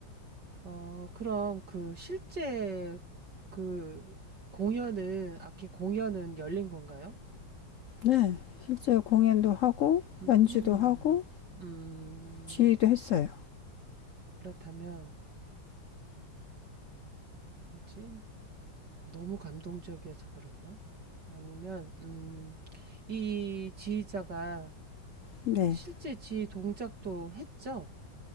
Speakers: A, on the right; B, on the left.
A: 어, 그럼 그 실제 그 공연은, 악기 공연은 열린 건가요?
B: 네. 실제 공연도 하고
A: 음,
B: 연주도 하고
A: 음,
B: 지휘도 했어요.
A: 그렇다면, 뭐지? 너무 감동적이어서 그랬나? 아니면 음, 이 지휘자가
B: 네,
A: 실제 지휘 동작도 했죠?